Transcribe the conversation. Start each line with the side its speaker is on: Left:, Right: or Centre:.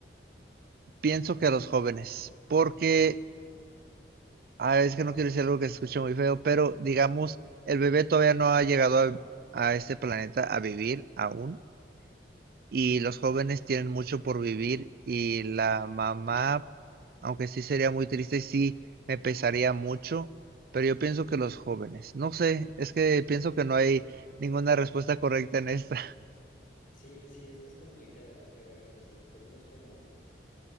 Right: pienso que a los jóvenes, porque Ah, es que no quiero decir algo que se escuche muy feo, pero digamos, el bebé todavía no ha llegado a, a este planeta a vivir aún, y los jóvenes tienen mucho por vivir, y la mamá, aunque sí sería muy triste, sí me pesaría mucho, pero yo pienso que los jóvenes, no sé, es que pienso que no hay ninguna respuesta correcta en esta. <laughs>
Left: Sí, sí, esta es complicada porque, a ver, o sea, si nos ponemos como,